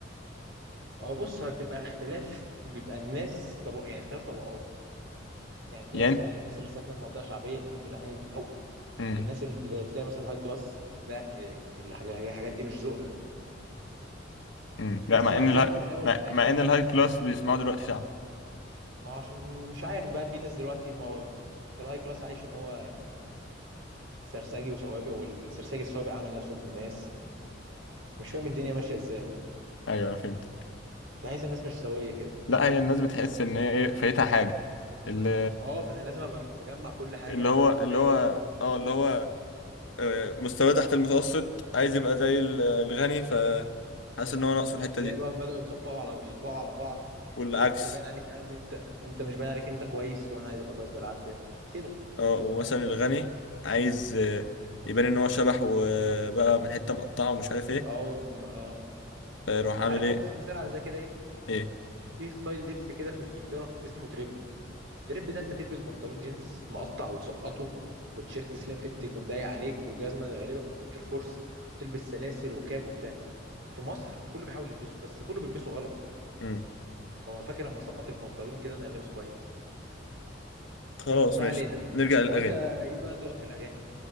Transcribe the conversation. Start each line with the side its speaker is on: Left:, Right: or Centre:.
Right: هو بص بتبقى اختلاف بيبقى الناس طب يعني اختلاف طبقات يعني تلاقي
Left: يعني
Right: مثلا الناس اللي ساكنه في منطقه شعبيه تحب الاغاني دي قوي
Left: امم
Right: الناس اللي تلاقي مثلا هاي كلاس لا إيه، الحاجة- الحاجات دي مش ذوقنا
Left: امم لا
Right: بس
Left: مع
Right: مع
Left: ان
Right: ذلك
Left: لا
Right: في الاول
Left: مع,
Right: وفي الاخر
Left: مع
Right: لما
Left: ان الهاي
Right: بيجي فرح
Left: كلاس بيسمعوا دلوقتي شعب
Right: ما هو عشان مش عارف بقى في ناس دلوقتي ما هو الهاي كلاس عايش ان هو سرسجي وسوابق والسرسجي السوابق عامل نفسه ابن ناس مش فاهم الدنيا ماشيه ازاي
Left: ايوه انا فهمت
Right: تحس الناس مش سويه كده
Left: لا هي الناس بتحس ان هي ايه فايتها حاجه اللي
Right: اه فانا لازم ابقى في- مجمع كل حاجه
Left: اللي
Right: انا
Left: هو
Right: فايق
Left: اللي هو اه اللي هو آه، مستواه تحت المتوسط عايز يبقى زي ال- الغني فحاسس ان هو ناقصه الحته
Right: فتلاقي
Left: دي
Right: بقى بداوا يطبقوا على يطبقوا على بعض
Left: والعكس
Right: وانت باين عليك ان انت انت مش باين عليك انت كويس وانا عايز ابقى كويس بالعافيه كده
Left: اه ومثلا الغني عايز آه، يبان ان هو شبح وبقى من حته مقطعه ومش عارف ايه
Right: اه يوم اه
Left: فيروح عامل
Right: عارف
Left: ايه
Right: ابسط مثال على ده كده ايه
Left: ايه
Right: في ستايل لبس كده في انجلترا اسمه دريب دريب ده انت تلبس بنطلون جينز مقطع وتسقطه وتيشيرت سليم فيت يكون ضيق عليك وجزمه غالبا بتكون اير فورس وتلبس سلاسل وكاب وبتاع في مصر كله بيحاول يلبسه بس كله بيلبسه غلط
Left: امم
Right: هو انا فاكر لما سقط البنطلون كده انا لابس كويس
Left: خلاص
Right: ما
Left: ماشي
Right: علينا
Left: نرجع للاغاني
Right: هو انت ايه بقى ذوقك في الاغاني